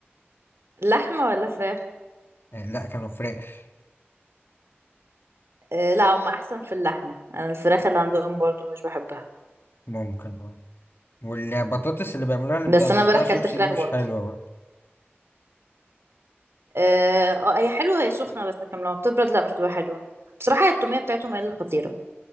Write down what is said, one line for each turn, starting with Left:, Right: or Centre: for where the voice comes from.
Right: لحمه ولا فراخ
Left: آه، لا كانوا فراخ
Right: آه لا هم احسن في اللحمه انا الفراخ اللي عندهم برضو مش بحبها
Left: ممكن اه والبطاطس اللي بيعملوها اللي بتقطع
Right: بس انا امبارح اكلت
Left: شيبسي
Right: فراخ
Left: دي مش
Right: برضو
Left: حلوه برضه
Right: اه آه، هي حلوة هي سخنة بس لكن لما بتبرد لا مش تبقى حلوة بصراحة هي التومية بتاعتهم هي اللي خطيرة